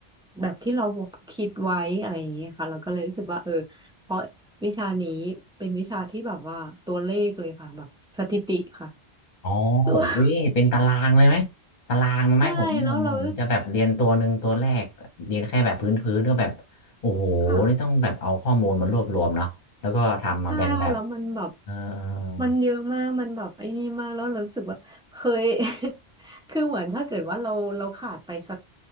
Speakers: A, in the centre; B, on the left (about 50°).
A: แบบที่เราคิดไว้อะไรอย่างเงี้ยค่ะเราก็เลยรู้สึกว่าเออเพราะวิชานี้เป็นวิชาที่แบบว่าตัวเลขเลยค่ะแบบสถิติค่ะ <laughs>
B: อ๋อ
A: คือว่า
B: อุ้ยเป็นตารางเลยไหมตารางมาไหมผมผมผมจะแบบเรียนตัวหนึ่งตัวแรกเรียนแค่แบบพื้นพื้นก็แบบโอ้โหนี่ต้องแบบเอาข้อมูลมารวบรวมเนาะแล้วก็ทำมาเป็นแบบ
A: <laughs> ใช่แล้วเราค่ะ ใช่ค่ะแล้วมันแบบ
B: เออ
A: มันเยอะมากมันแบบไอ้นี่มากแล้วเรารู้สึกว่าเคย <laughs> คือเหมือนถ้าเกิดว่าเราเราขาดไปสัก